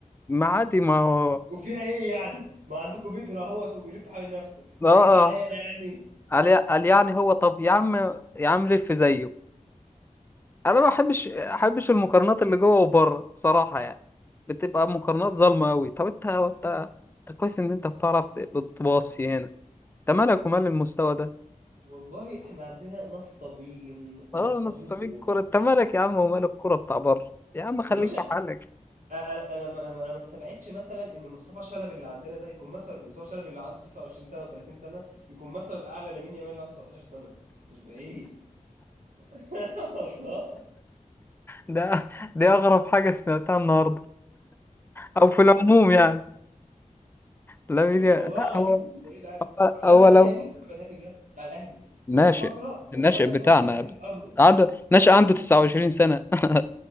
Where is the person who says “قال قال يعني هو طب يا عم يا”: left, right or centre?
Left